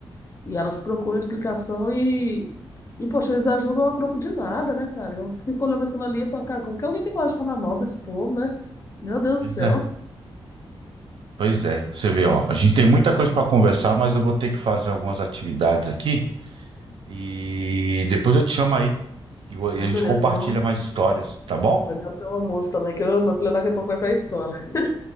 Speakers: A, on the left; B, on the right.
A: e elas procuram explicação e e, poxa, eles ajudam a troco de nada, né, cara? Eu fico olhando aquilo ali e falo, cara, como que alguém tem coragem de falar mal desse povo, né? Meu Deus
B: Pois
A: do céu.
B: é. Pois é, você vê, ó, a gente tem muita coisa para conversar, mas eu vou ter que fazer algumas atividades aqui e depois eu te chamo aí e vo- e
A: Não,
B: a gente
A: beleza,
B: compartilha
A: vou
B: mais histórias, tá bom?
A: vou olhar o almoço também, que eu, meu filho daqui a pouco vai pra escola. <laughs>